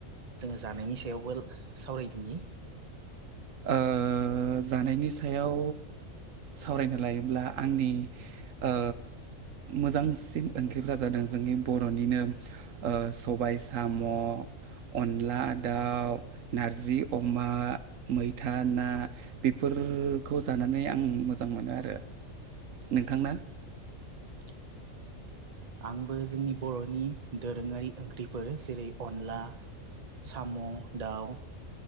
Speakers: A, on the right; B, on the right.
A: जोङो जानायनि सायावबो सावरायदिनि
B: ओ ओ जानायनि सायाव सावरायनो लायोब्ला आंनि ओ मोजांसिन ओंख्रिफोरा जादों जोंनि बर'निनो ओ सबाय साम' अनला दाउ, नारजि अमा मैथा ना, बेफोरखौ जानानै आं मोजां मोनो आरो। नोंथांना?
A: <inaudible> आंबो जोंनि बर'नि दोरोङारि ओंख्रिफोर जेरै अनला साम, ' दाउ,